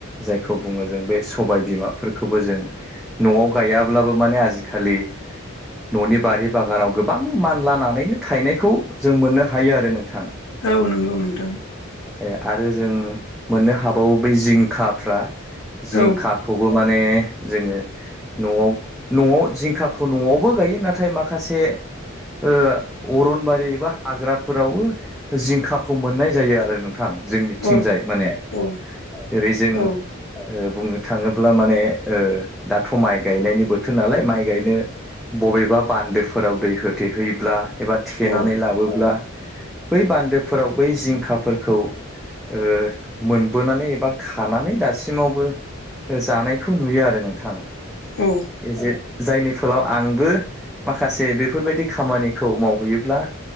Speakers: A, in the centre; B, on the left (about 75°).
A: जायखौ बुङो जों बे सबाय बिमाफोरखोबो जों न'आव गायाब्लाबो माने आजिखालि न'नि बारि बागानाव गोब बां मानलानानैनो थायनायखौ जों मोननो हायो आरो नोंथां।
B: औ नोंगौ नोंथां।
A: ए आरो जों मोननो हाबावो बै जिंखाफ्रा, जिंखाखौबो
B: औ
A: माने जोङो न'आव न'आव जिंखाखौ न'आवबो गायो नाथाय माखासे ओ अरनबारि एबा हाग्राफोरावबो जिंखाखौ मोननाय जायो आरो नों थां जोंनिथिंजाय
B: औ
A: माने
B: औ
A: जेरै जों ओ
B: औ
A: बुंनो थाङो ब्ला माने ओ दाथ' माइ गायनायनि बोथोर नालाय माइ गायनो बबेबा बान्दोफोराव दै होथे हैब्ला एबा थेनानै
B: औ
A: लाबोब्ला बै बान्दोफोराव बै जिंखाफोरखौ ओ मोनबोनानै एबा खानानै दासिमावबो ओ जानायखौ नुयो आरो नोंथां।
B: औ
A: एजे जायनि फोलाव आंबो माखासे बेफोर बायदि खामानिखौ मावहैयोब्ला